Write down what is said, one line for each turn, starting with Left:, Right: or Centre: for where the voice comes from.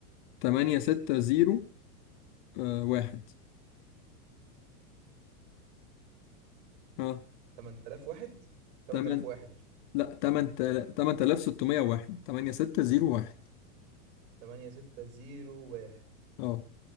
Left: تمانية ستة زيرو آه واحد ها
Right: 8001 8001
Left: تمن
Right: مش
Left: لأ تمن تل... تمن تلاف ستمية واحد تمانية ستة زيرو واحد
Right: 8 6 0 1
Left: اه